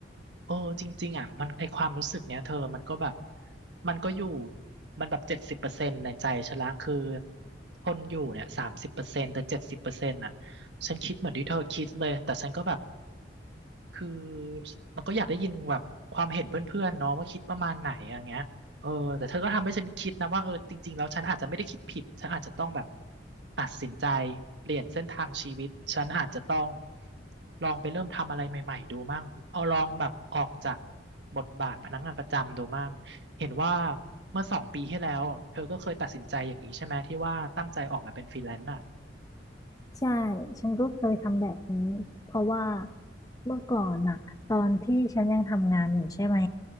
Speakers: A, on the right (about 70°); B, on the left (about 20°).
A: เออจริงๆอ่ะมันไอความรู้สึกเนี้ยเธอมันก็แบบมันก็อยู่มันแบบเจ็ดสิบเปอร์เซ็นต์ในใจฉันละคือคนอยู่เนี่ยสามสิบเปอร์เซ็นต์แต่เจ็ดสิบเปอร์เซ็นต์อ่ะฉันคิดเหมือนที่เธอคิดเลยแต่ฉันก็แบบ คือเราก็อยากได้ยินแบบความเห็นเพื่อนๆเนาะว่าคิดประมาณไหนอย่างเงี้ยเออแต่เธอก็ทำให้ฉันคิดนะว่าเออจริงๆแล้วฉันอาจจะไม่ได้คิดผิดฉันอาจจะต้องแบบตัดสินใจเปลี่ยนเส้นทางชีวิตฉันอาจจะต้องลองไปเริ่มทำอะไรใหม่ๆดูมั่งเอาลองแบบออกจากบทบาทพนักงานประจำดูมั่งเห็นว่าเมื่อสองปีที่แล้วเธอก็เคยตัดสินใจอย่างนี้ใช่ไหมที่ว่าตั้งใจออกมาเป็นฟรีแลนซ์อ่ะ
B: ๆใช่ฉันก็เคยทำแบบนี้เพราะว่าเมื่อก่อนอะตอนที่ฉันยังทำงานอยู่ใช่ไหม